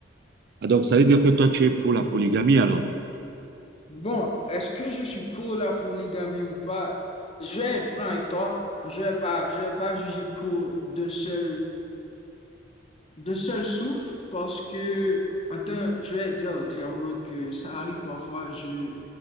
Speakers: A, on the right; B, on the left.
A: Ah, donc ça veut dire que toi, tu es pour la polygamie alors?
B: Bon, est-ce que je suis pour la polygamie ou pas? Je vais être franc avec toi. Je vais pas, je vais pas juger pour d'un seul, d'un seul souffle parce que, en tant- je vais dire clairement que ça arrive parfois, je,